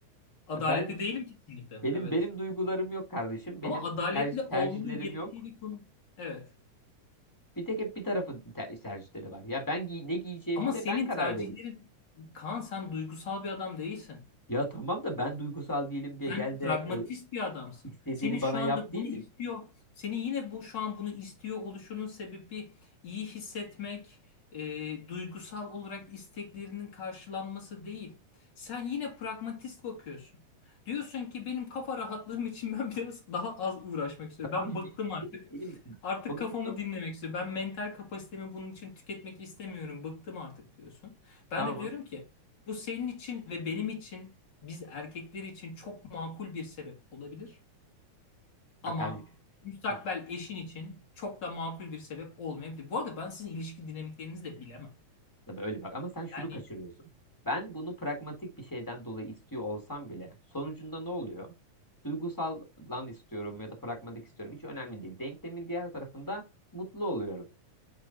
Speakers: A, on the left (about 40°); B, on the left (about 15°).
A: Adaletli
B: E, Ben
A: değilim kesinlikle.
B: benim
A: Evet.
B: benim duygularım yok kardeşim. Benim
A: Ama adaletli
B: tercih tercihlerim
A: olmanın gerektiği
B: yok.
A: bir konu. Evet.
B: Bir tek hep bir tarafın ter- tercihleri var. Ya ben giy- ne giyeceğimi
A: Ama
B: de
A: senin
B: ben karar
A: tercihlerin
B: vereyim.
A: Kaan sen duygusal bir adam değilsin.
B: Ya tamam da ben duygusal değilim diye
A: Sen
B: gel
A: pragmatist
B: de e,
A: bir adamsın.
B: istediğini
A: Senin şu
B: bana
A: anda
B: yap değil
A: bunu
B: mi?
A: istiyor, senin yine bu şu an bunu istiyor oluşunun sebebi iyi hissetmek, e, duygusal olarak isteklerinin karşılanması değil. Sen yine pragmatist bakıyorsun. Diyorsun ki benim kafa rahatlığım için ben biraz daha az uğraşmak istiyorum.
B: Tamam
A: Ben
B: abi
A: bıktım
B: benim istediğim
A: artık.
B: benim
A: Artık
B: sonucunda
A: kafamı dinlemek istiyorum. Ben mental kapasitemi bunun için tüketmek istemiyorum. Bıktım artık diyorsun. Ben
B: tamam.
A: de diyorum ki bu senin için ve benim için biz erkekler için çok makul bir sebep olabilir ama
B: Bak kardeşim.
A: müstakbel
B: Hı.
A: eşin için çok da makul bir sebep olmayabilir. Bu arada ben sizin ilişki dinamiklerinizi de bilemem.
B: Tabii öyle bak ama sen şunu
A: Yani
B: kaçırıyorsun. Ben bunu pragmatik bir şeyden dolayı istiyor olsam bile sonucunda ne oluyor? Duygusal lan istiyorum ya da pragmatik istiyorum hiç önemli değil. Denklemin diğer tarafında mutlu oluyorum.